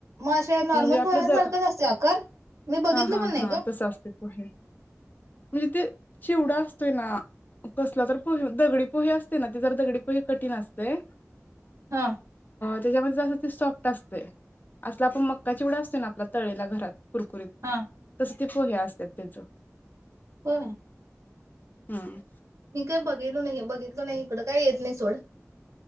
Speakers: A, on the right; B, on the left.
A: मग अे नॉर्मल
B: म्हणजे आपलं
A: पोयान
B: द
A: झाल का आसतोय आकार मी बघितलं
B: हा हा
A: पण नाही
B: हा
A: ग
B: तसं असते म्हणजे ते शिवडा असतोय ना कसला तर दगडी पोहे असते ना त जर दगडी पोहे कठीण असते
A: हा
B: त्याच्यामध्यें ती सॉफ्ट असते असलं आपण मक्काचीिवडा असतो ना आपल्या तळेला घरात कुरकुरीत
A: हा
B: तस ते पोहे्या असतात त्याच
A: ब
B: हम्
A: काही बघितल नाही बघितलो नाही इकडं काय येत नाही सोड